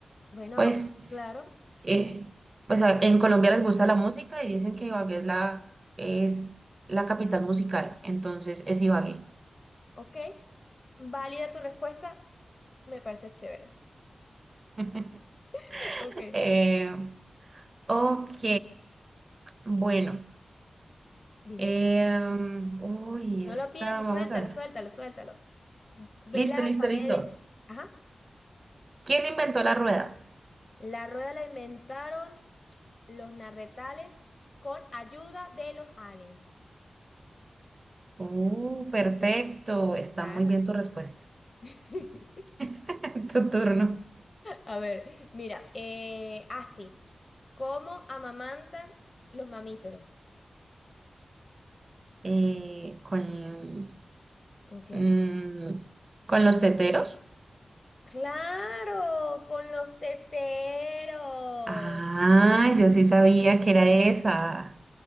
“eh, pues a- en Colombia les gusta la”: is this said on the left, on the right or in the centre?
Right